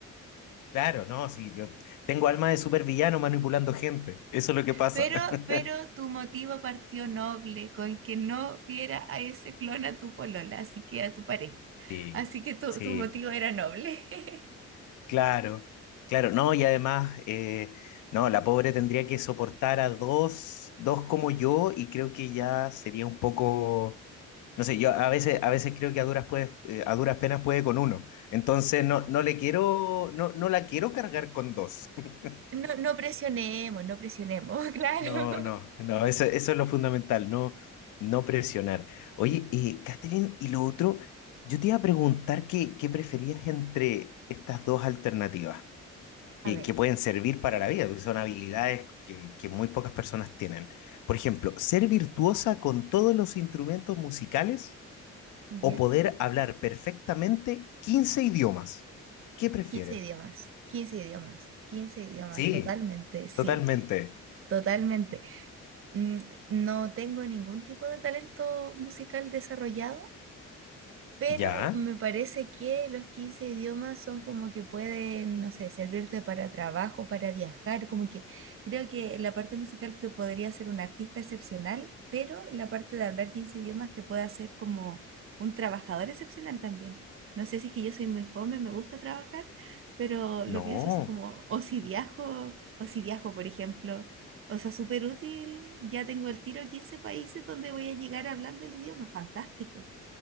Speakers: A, on the left (about 75°); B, on the right (about 45°).
A: Claro, no, sí, yo tengo alma de supervillano manipulando gente. Eso es lo que pasa.
B: Pero,
A: <laughs>
B: pero tu motivo partió noble, con que no viera a ese clon a tu polola, así que a tu pareja.
A: Sí,
B: Así que tu,
A: sí,
B: tu motivo era noble. <laughs>
A: claro, claro, no, y además, eh, no, la pobre tendría que soportar a dos, dos como yo, y creo que ya sería un poco. No sé, yo a veces, a veces creo que a duras, puede- eh, a duras penas puede con uno. Entonces no, no le quiero, no, no la quiero cargar con dos. <laughs>
B: No, no presionemos, no presionemos, <laughs> claro.
A: No, no, no, eso, eso es lo fundamental, no, no presionar. Oye, eh, Catherine, y lo otro, yo te iba a preguntar qué, qué preferías entre estas dos alternativas
B: A
A: que,
B: ver,
A: que pueden servir para la vida, porque son habilidades que, que muy pocas personas tienen. Por ejemplo, ser virtuosa con todos los instrumentos musicales
B: ¿ya?
A: o poder hablar perfectamente 15 idiomas. ¿Qué prefieres?
B: quince idiomas, 15 idiomas, quince idiomas,
A: Sí,
B: totalmente, sí,
A: totalmente.
B: totalmente. Mm, No tengo ningún tipo de talento musical desarrollado, Pero
A: ¿Ya?
B: me parece que los 15 idiomas son como que pueden, no sé, servirte para trabajo, para viajar, como que creo que la parte musical te podría hacer un artista excepcional, pero la parte de hablar 15 idiomas te puede hacer como un trabajador excepcional también. No sé si es que yo soy muy fome, me gusta trabajar, pero lo
A: No.
B: pienso así como, o si viajo, o si viajo, por ejemplo. O sea, súper útil, ya tengo el tiro a 15 países donde voy a llegar hablando el idioma, fantástico.